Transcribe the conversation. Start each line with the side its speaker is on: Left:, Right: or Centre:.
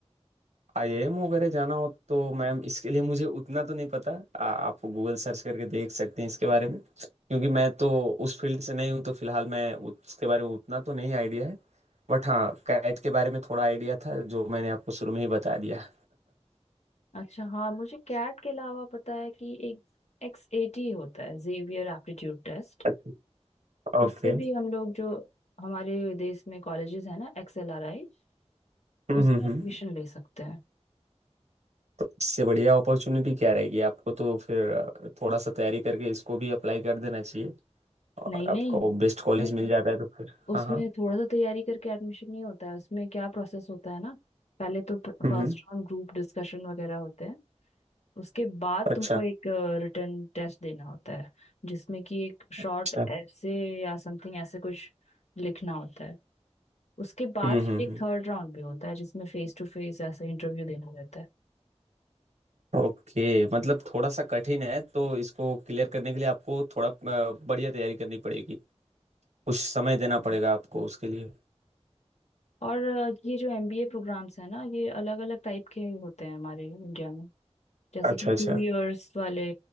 Right: आईआईएम वगैरह जाना हो तो मैम इसके लिए मुझे उतना तो नहीं पता आ, आप गूगल सर्च करके देख सकते हैं इसके बारे में क्योंकि मैं तो उस फील्ड से नहीं हूँ तो फिलहाल मैं उसके बारे में उतना तो नहीं आइडिया है बट हाँ कैट के बारे में थोड़ा आइडिया था जो मैंने आपको शुरू में ही बता दिया
Left: अच्छा हाँ मुझे कैट के अलावा पता है कि एक एक्स एटी होता है जेवियर एप्टीट्यूड टेस्ट
Right: <laughs> ओके
Left: उससे भी हम लोग जो हमारे देश में कॉलेजेस है ना एक्सएलआरआई
Right: हम्म
Left: उसमें
Right: हम्म
Left: एडमिशन
Right: हम्म
Left: ले सकते हैं
Right: तो इससे बढ़िया अपॉर्चुनिटी क्या रहेगी आपको तो फिर अ, थोड़ा सा तैयारी करके इसको भी अप्लाई कर देना चाहिए
Left: नहीं
Right: और आपको
Left: नहीं
Right: बेस्ट कॉलेज
Left: उसमें
Right: मिल जाता है तो फिर
Left: उसमें
Right: हाँ हाँ
Left: थोड़ा सा तैयारी करके एडमिशन नहीं होता है उसमें क्या प्रोसेस होता है ना पहले तो
Right: हम्म
Left: फर्स्ट
Right: हम्म
Left: राउंड ग्रुप डिस्कशन वगैरह होते हैं उसके बाद
Right: अच्छा
Left: तुमको एक रिटर्न टेस्ट देना होता है जिसमें कि एक शॉर्ट
Right: अच्छा
Left: ऐसे या समथिंग ऐसे कुछ लिखना होता है उसके बाद
Right: हम्म
Left: फिर
Right: हम्म
Left: एक
Right: हम्म।
Left: थर्ड राउंड भी होता है जिसमें फेस टू फेस ऐसा इंटरव्यू देना रहता है
Right: ओके मतलब थोड़ा सा कठिन है तो इसको क्लियर करने के लिए आपको थोड़ा अ, बढ़िया तैयारी करनी पड़ेगी कुछ समय देना
Left: हाँ।
Right: पड़ेगा आपको उसके लिए
Left: और अ, ये जो एमबीए प्रोग्राम्स है ना ये अलग अलग टाइप के होते हैं हमारे इंडिया में जैसे
Right: अच्छा
Left: कि
Right: अच्छा
Left: टू इयर्स वाले